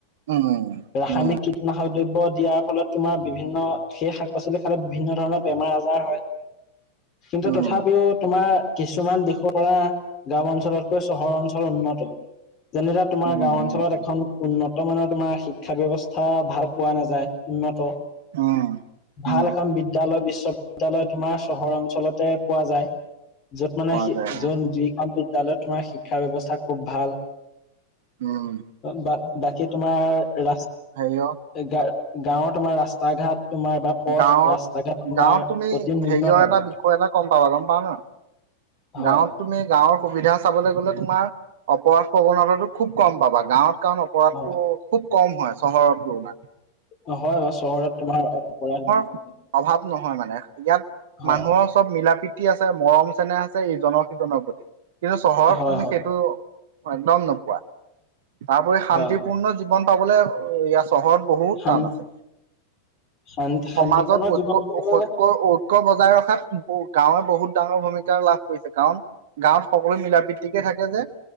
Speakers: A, on the right; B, on the left.
A: উম
B: ৰাসায়নিক
A: উম
B: নাশক দ্ৰব্য দিয়াৰ ফলত তোমাৰ বিভিন্ন সেই শাক পাচলি খালে বিভিন্ন ধৰণৰ বেমাৰ আজাৰ হয়। কিন্তু
A: উম
B: তথাপিও তোমাৰ। কিছুমান দিশৰ পৰা গাঁও অঞ্চলতকৈ চহৰ অঞ্চল উন্নত। যেনেকা তোমাৰ
A: উম
B: গাঁও অঞ্চলত এখন উন্ন বৰ্তমানৰ তোমাৰ শিক্ষা ব্যৱস্থা ভাল পোৱা নাযায়, উন্নত।
A: উম।
B: ভাল
A: উম
B: এখন বিদ্যালয় বিশ্ব বিদ্যয়ালয় তোমাৰ চহৰ অঞ্চলতে পোৱা যায়, যত মানে
A: পোৱা যায়
B: যত যি যিখন বিদ্যালয়ত তোমাৰ শিক্ষাৰ ব্যৱস্থা খুব ভাল।
A: উম
B: বা বাকী তোমাৰ ৰা
A: হেৰিয়
B: গা-গাঁৱৰ তোমাৰ ৰাস্তা ঘাট তোমাৰ বা পথ
A: গাঁৱত
B: ৰাস্তা ঘাট তোমাৰ
A: গাঁৱত তুমি
B: অতি নুন্যতম।
A: হেৰিয়ৰ এটা বিষয় এটা গম পাবা গম পাও ন?
B: হয়।
A: গাঁৱত তুমি গাঁৱৰ সুবিধা চাবলৈ গ'লে তোমাৰ অপৰাধ প্ৰৱণতাতটো খুব কম পাবা গাঁৱত কাৰণ অপৰাধটো
B: হয়
A: খুব কম হয় চহৰৰ তুলণাত।
B: অ, হয় বাৰু চহৰত তোমাৰপ
A: অভাৱ নহয় মানে ইয়াত
B: হয়
A: মানুহৰ চব মিলা পৃতি আছে মৰম চেনেহ আছে। ই জন সিজনৰ প্ৰতি কিন্তু চহৰত
B: হয় হয়
A: তুমি
B: হয়
A: সেইটো একদম নোপোৱা তাৰপৰি শান্তিপূৰ্ণ
B: হয়
A: জীৱন পাবলৈ ই চহৰত বহুত
B: শান
A: টান আছে।
B: শান শান্তিপূৰ্ণ
A: সমাজত ঐকয়
B: জীৱন গাঁৱৰ
A: অসধ ঐক্য বজাই ৰখাত গাঁৱে বহুত ডাঙৰ ভূমিকা লাভ কৰিছে। কাৰণ গাঁৱত সকলো মিলা প্ৰতিকে থাক যে